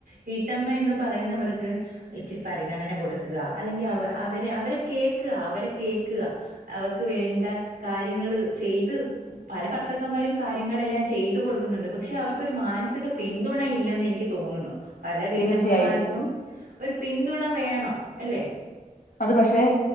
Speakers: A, on the right; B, on the left.
A: വീട്ടമ്മ എന്ന് പറയുന്നവർക്ക് ഇച്ചിരി പരിഗണന കൊടുക്ക കൊടുക്കാ അല്ലെങ്കിൽ അവരെ അവരെ കേൾക്കുക അവരെ കേൾക്കുക അവർക്ക് വേണ്ട കാര്യങ്ങൾ ള് ചെയ്ത് പല ഭർത്താക്കന്മാരും കാര്യങ്ങളെല്ലാം ചെയ്തു കൊടുക്കുന്നുണ്ട്. പക്ഷെ അവർക്കൊരു മാനസിക പിന്തുണ ഇല്ലെന്ന് എനിക്ക് തോന്നുന്നു. പല വീട്ടമ്മമാർക്കും
B: തീർച്ചയായും
A: ഒരു പെ പിന്തുണ വേണം. അല്ലേ?
B: അത് പക്ഷെഏ